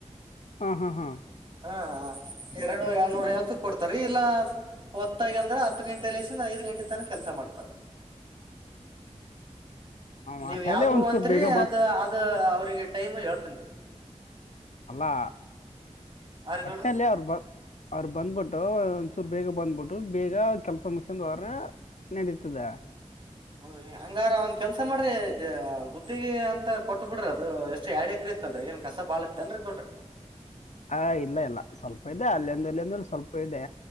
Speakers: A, on the left (about 75°); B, on the right (about 45°).
A: ಹಾಂ ಹಾಂ ಹಾಂ
B: ಹಾ ಹಾ ಎರಡು ಎರಡ್ನೂರ ಐವತ್ತು ಕೊಡ್ತಾರ ಇಲ್ಲಾ ಹೊತ್ತಾಗಿ ಅಂದ್ರ ಹತ್ತು ಗಂಟೆಲಿ ಐದ್ ಗಂಟೆ ತನ ಕೆಲ್ಸ ಮಾಡ್ತಾರ. ನೀವ
A: ಒಟ್ಟಿನಲ್ಲಿ
B: ಯಾವ್ದ
A: ಒಂಚೂರು
B: ಅಂತ್ರಿ
A: ಬೇಗ
B: ಅದ ಅದ ಅವ್ರಿಗೆ. ಟೈಮ್ ಹೇಳ.
A: ಅಲ್ಲಾ.
B: ಆರ್
A: ವಾಟ್ನಾಲ್
B: ಗೌಡ್ರ
A: ಅವ್ರು ಬಂದ ಅವ್ರು ಬಂದ್ಬಿಟ್ಟು. ಒಂಚೂರು ಬೇಗ ಬಂದ್ಬಿಟ್ಟು ಬೇಗ ಕೆಲ್ಸ ಮಗ್ಸ್ಕಂಡ್ ಹೋದ್ರೆ ನೆಡೀತದ್ದೇ.
B: ಹೌದ್ರಿ ಹಂಗಾರ ಒಂದ್ ಕೆಲ್ಸ ಮಾಡ್ರಿ ಗುತ್ತಿಗೆ ಅಂತ ಕೊಟ್ಟ ಬಿಡ್ರಿ ಅದು ಎಷ್ಟ್ ಎಡಕ್ರಿ ಇತ್ತಲ್ರರಿ ಏನ್ ಕಸ ಬಾಳ ಇತ್ತ ಅನ್ರಿ ಗೌಡ್ರೆ
A: ಹಾ ಇಲ್ಲ ಇಲ್ಲ ಸ್ವಲ್ಪ ಇದೆ ಅಲ್ಲಿಂದ ಎಲ್ಲಿಂದಲ್ಲಿ ಸ್ವಲ್ಪ ಇದೆ.